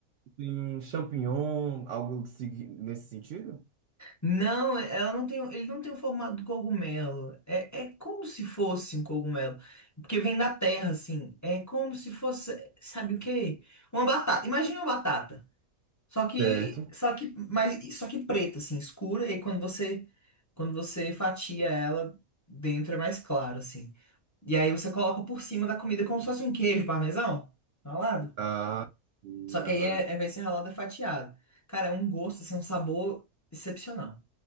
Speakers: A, on the right; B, on the left.
A: tem um champignon, algo segui- nesse sentido?
B: Não, ela não tem, ele não tem o formato do cogumelo. É, é como se fosse um cogumelo. Porque vem da terra, assim. É como se fosse, sabe o quê? Uma batata. Imagina uma batata. Só que,
A: Certo.
B: só que, mas, só que preta, assim, escura, e quando você, quando você fatia ela, dentro é mais claro, assim. E aí você coloca por cima da comida como se fosse um queijo parmesão, ralado.
A: Ah, sim,
B: Só que
A: agora.
B: aí é, é vai ser ralado e fatiado. Cara, é um gosto, assim, um sabor excepcional.